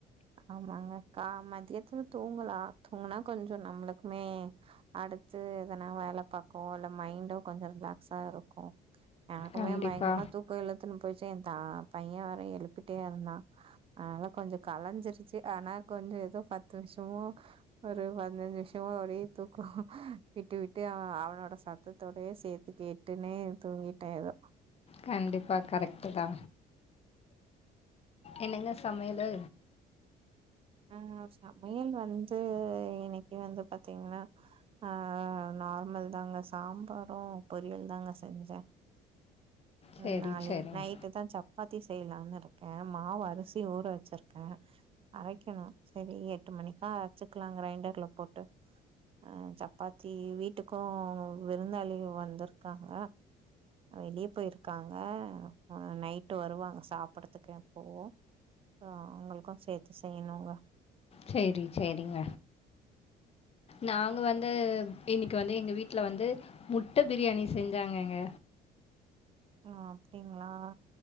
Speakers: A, on the right (about 35°); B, on the left (about 35°).
A: ஆமாங்க அக்கா மதியத்துல தூங்கலா தூங்குனா கொஞ்சோ நம்முளுக்குமே அடுத்து எதனா வேல பாக்குவோ இல்ல மைண்டு கொஞ்சோ ரிலாக்ஸா இருக்கு அவ
B: கண்டிப்பா,
A: பய்ங்கரம்மா தூ இலுத்துன்னு போய்ர்ச்சு எ தா பைய வேற எழுப்பிட்டே இருந்தா அதனால கொஞ்சோ கலஞ்சிரு ச்சு ஆனா கொஞ்சோ எதோ பத்து வர்ஷமோ ஒரு பதினஞ்சு நிம்ஷமா ஓரே தூக்கோ விட்டு விட்டு அவ அவனோட சத் தத்தோடயே சேத்து கேட்டுனே தூங்கிட்டே எதோ
B: கண்டிப்பா கரெக்ட்டுதா என்னங்க சமையலு
A: ஆ சமையல் வந்து இன்னிக்கு வந்து பாத்தீங்கன்னா ஆ நார்மல் தாங்க சாம்பாரு பொரியல் தாங்க செஞ்ச
B: சரி,
A: ம் நாளைக்
B: சரிங்க.
A: நைட் ட்டுதா சப்பாத்தி செய்யலான்னு இருக்கே மாவ் அர்சி ஊற வச்சிர்க்கே அரைக் கணு செரி எட்டு மணிக்கா அரச்சுக்கலா க்ரைண்டர்ல போட்ட அ சப்பாத்தி வீட்டுக்கும் விருந்தாளிங்க வந்திருக்காங்க வெளிய போயிருக்காங்க ஆ நைட்டு வருவாங்க சாப்பட்றதுக்கு இப்பவு ஆ அவுங்க்ளுக்கு சேத்து செய்ணுங்க
B: செரி செரிங்க நாங்க வந்து இன்னிக்கு வந்து எங்க வீட்ல வந்து முட்ட பிரியாணி செஞ்சாங்கங்க
A: ஆ அப்டிங்களா